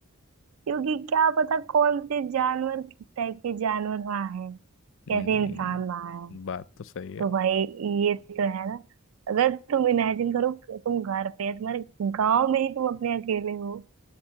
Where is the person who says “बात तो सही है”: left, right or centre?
Left